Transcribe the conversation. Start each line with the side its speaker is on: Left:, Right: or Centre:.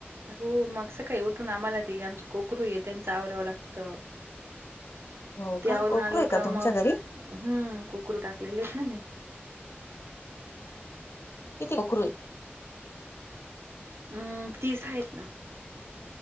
Right: हो मग सकाळी उठून आम्हाला ते आमचे कोकरूये त्यांच आवरावं लागत.
Left: हो
Right: त्यावरून
Left: का? कोकरू
Right: आलो
Left: आहे
Right: का
Left: तुमच्या
Right: मग
Left: घरी?
Right: हम्म कुकरू टाकलेले आहेत ना मी.
Left: किती कोकरूये.
Right: हम्म तीस आहेत ना.